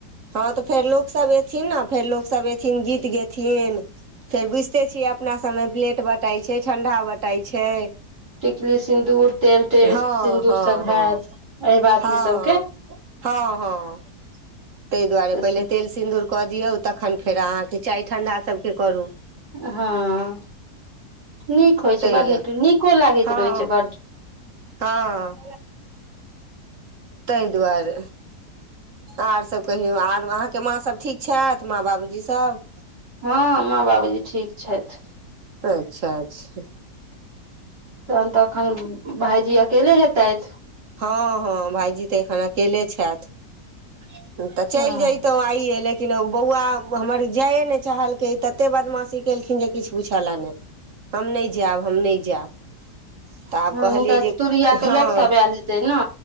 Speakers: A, on the right (about 50°); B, on the right (about 85°).
A: हँ तऽ फेर लोकसभ अयथिन ने फेर लोकसभ अयथिन गीत गयथिन फेर बुझिते छियै अपना सबमे प्लेट बटाई छै ठंडा बटाई छै
B: टिकली सिन्दूर तेल तेल
A: हँ
B: सिन्दूर
A: हँ
B: सभ
A: हँ
B: हायत एहिबाती
A: हँ
B: सभकें
A: हँ हँ तै दुआरे
B: तऽ
A: पहिले तेल सिन्दूर कऽ दियौ तखन फेर अहाँके चाय ठंडा सभके करू
B: हँ नीक होइ
A: ताहि
B: छै बड
A: लऽ
B: नीक
A: कऽ।
B: नीको लागैत
A: हँ
B: रहै छै बड
A: हँ ताहि दुआरे आरसभ कहियौ आर अहाँके माँसभ ठीक छथि माँ बाबूजी सब
B: हँ माँ बाबूजी ठीक छथि
A: अच्छा अच्छा
B: तन तखन भायजी अकेल हेतैथ
A: हँ हँ भायजी तऽ एखन अकेले छथि तऽ चलि
B: हँ
A: जइतहुं आइए लेक लेकिन बौआ हमर जाइए नहि चाहलकै ततेक बदमाशी केलखिन जे किछु पुछ' लए नहि हम नहि जायब हम नहि जायब तऽ आब
B: हं
A: कहलियै
B: हुंनका
A: जे
B: तूरिया
A: हँ
B: के लोकसभ आयल हेतै ने